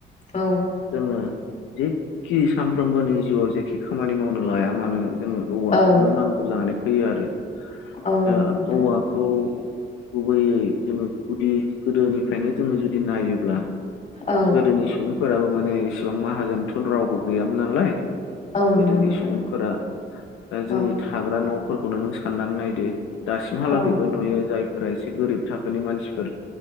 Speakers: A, on the left; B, on the left.
A: औ
B: जोङो जेखि सानफ्रोमबोनि जिउआव जेखि खामानि मावनो लाया मानो जोङो औवाखौनो
A: औ
B: नांगौ जानानै फैयो आरो
A: औ
B: दा
A: नंगौ नोंथां
B: औवाखौ गुबैयै जोङो गुदि गोदोनिफ्रायनो जोङो जुदि नायोब्ला
A: औ
B: गोदोनि सुबुंफोराबो माने इसिबां माहाजोनथ' रावबो गैयामोन नालाय
A: औ
B: गोदोनि
A: नंगौ नोंथां
B: सुबुंफोरा
A: नंगौ
B: दा जोंनि
A: औ
B: थाग्रा न' फोरखौनो नों साननानै नायदो दासिमहालागैबो
A: औ
B: नुयो जायफोरा एसे गोरिब थाखोनि मानसिफोर